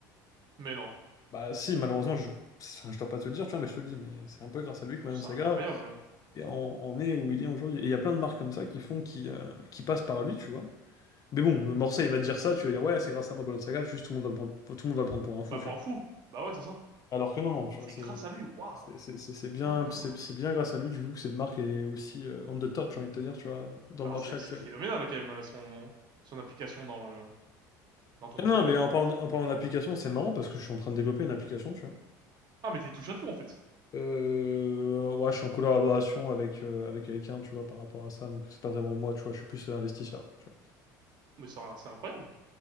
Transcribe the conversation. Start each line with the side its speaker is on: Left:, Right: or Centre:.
Right: Mais non.
Left: Bah, si, malheureusement, je, enfin, je dois pas te le dire, tu vois, mais je te le dis, mais c'est un peu grâce à lui que Balenciaga
Right: C'est incroyable.
Left: est- en, en est où il est aujourd'hui. Et il y a plein de marques comme ça qui font, qui, euh, qui passent par lui, tu vois. Mais bon, euh, Morcel,
Right: Bon,
Left: il va te dire ça, tu vas dire, ouais, c'est grâce à moi, Balenciaga, juste tout le monde va le prendre, tout le monde va le prendre pour un
Right: bah,
Left: fou, tu
Right: pour
Left: vois.
Right: un fou. Bah ouais, c'est ça.
Left: Alors que non, non, tu
Right: C'est
Left: vois, c'est
Right: grâce à lui. Waouh.
Left: c'est c'est- c'est- c'est bien,
Right: D'accord.
Left: c'est c'est bien grâce à lui du coup que cette marque est aussi euh, on the top, j'ai envie de te dire, tu vois, dans
Right: Alors,
Left: le marché
Right: c'est, c'est
Left: actuel.
Right: phénoménal, quand même, son, son application dans le, dans ton
Left: Ah
Right: produit
Left: Non, mais
Right: à toi.
Left: en parlant, en parlant d'application, c'est marrant parce que je suis en train de développer une application, tu vois.
Right: Ah, mais t'es touche à tout, en fait.
Left: Euh, ouais, je suis en collaboration avec, euh, avec quelqu'un, tu vois, par rapport à ça, donc c'est pas vraiment moi, tu vois, je suis plus euh, investisseur, tu
Right: Mais c'est c'est incroyable.